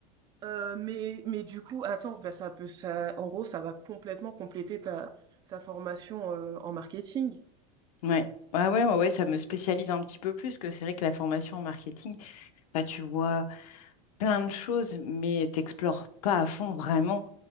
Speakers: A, on the right; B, on the left.
A: Euh, mais mais du coup, attends, bah ça peut ça en gros, ça va complètement compléter ta ta formation euh, en marketing.
B: ouais. ah ouais, ouais, ouais, ça me spécialise un petit peu plus, que c'est vrai que la formation en marketing, bah, tu vois plein de choses, mais t'explores pas à fond vraiment.